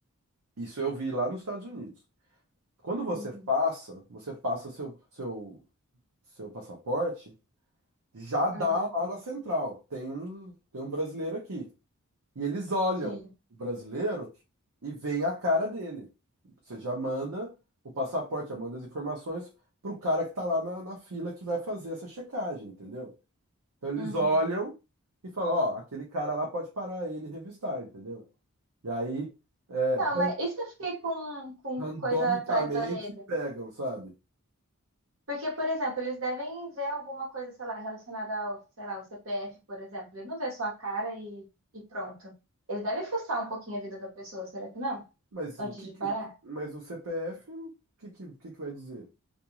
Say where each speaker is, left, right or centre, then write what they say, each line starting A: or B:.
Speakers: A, on the right; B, on the right.
A: isso eu vi lá nos Estados Unidos. Quando você
B: Uhum,
A: passa, você passa seu, seu, seu passaporte, já dá
B: aham,
A: lá na central. Tem um, tem um brasileiro aqui. E eles olham
B: sim.
A: o brasileiro e veem a cara dele. Você já manda o passaporte, já manda as informações para o cara que está lá na, na fila que vai fazer essa checagem, entendeu? Então eles
B: Uhum.
A: olham e falam, ó, aquele cara lá pode parar ele e revistar, entendeu? E aí, é,
B: Não,
A: ran-
B: mas isso que eu fiquei com, com
A: randomicamente
B: coisa atrás da orelha.
A: pegam, sabe?
B: Porque, por exemplo, eles devem ver alguma coisa, sei lá, relacionada ao, sei lá, ao CPF, por exemplo. Ele não vê só a cara e, e pronto. eles devem fuçar um pouquinho a vida da pessoa, será que não?
A: Mas
B: Antes
A: o que,
B: de
A: que-
B: parar.
A: mas o CPF, o que, que, o que que vai dizer?